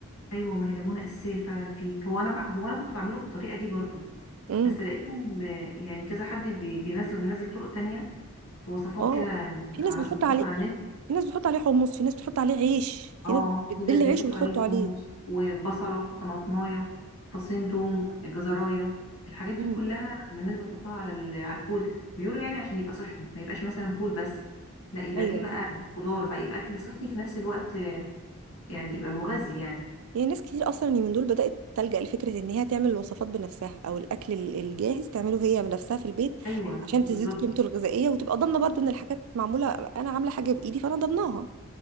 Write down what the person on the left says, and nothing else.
ايوه ما هي ليمونه اساسيه فعلا فيه هو انا بع... هو انا كنت بعمله بالطريقه دي برضو
بس لقيتهم ب... يعني كذا حد بي... بينزل منزل طرق تانية في وصفات
كده
على
صفحات
على النت
اه
في ناس بيحطوا
عليه
حمص وبصله طماطمايه فصين توم جزرايه الحاجات دي
كلها من الناس بتحطها على ال... على الفول بيقولوا يعني عشان يبقى صحي ما يبقاش مثلا فول بس لا يبقى
فيه بقى خضار بقى يبقى اكل صحي في نفس الوقت يعني يبقى مغذي يعني
ايوه
بالظبط